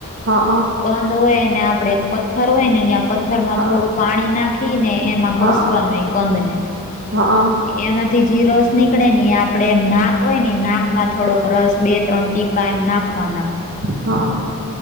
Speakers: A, on the right; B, on the left.
A: હા
B: કંદ હોય ને, આપડે એક પથ્થર હોય ને, અં પથ્થરમાં
A: હા
B: થોડુંક પાણી નાખીને એમાં
A: હા
B: ઘસવાનું એ કંદ ને.
A: હા.
B: એમાંથી જીરોસ નીકળે ઈ. આપણે નાક હોય ને, નાકમાં થોડોક રસ, બે-ત્રણ ટીપા એમ નાખવાના.
A: હા.